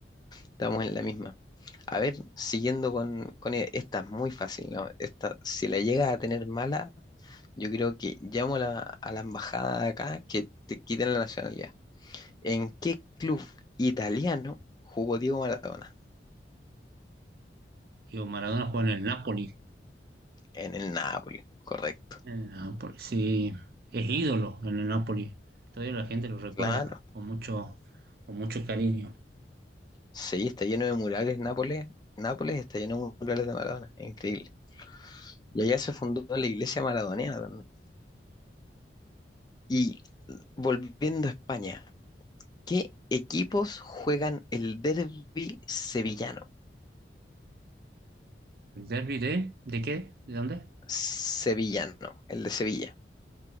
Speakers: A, on the left; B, on the right.
A: Estamos en la misma. A ver, siguiendo con, con e- esta es muy fácil, ¿no? Esta, si la llegas a tener mala, yo creo que llamo a la, a la embajada de acá que te quiten la nacionalidad. ¿En qué club italiano jugó Diego Maradona?
B: Digo, Maradona juega en el Napoli.
A: En el Nápoles, correcto.
B: En el Napoli, sí, es ídolo en el Napoli. Todavía la gente lo recuerda
A: Claro.
B: con mucho, con mucho cariño.
A: Sí, está lleno de murales Nápoles. Nápoles está lleno de murales de Maradona. Increíble. Y allá se fundó la iglesia maradoniana también. Y volviendo a España. ¿Qué equipos juegan el derbi sevillano?
B: ¿El derbi de, de qué? ¿De dónde?
A: Sevillano, el de Sevilla.